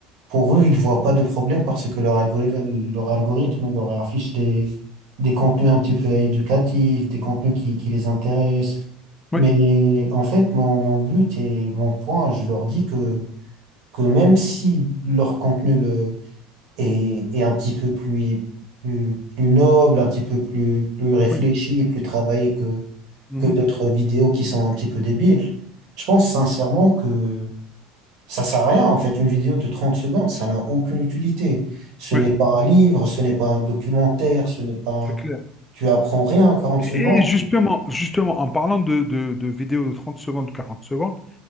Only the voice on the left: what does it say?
oui,
oui,
Mhm.
oui,
oui,
c'est clair.
Et et justement, justement, en parlant de, de, de vidéos de 30 secondes, 40 secondes,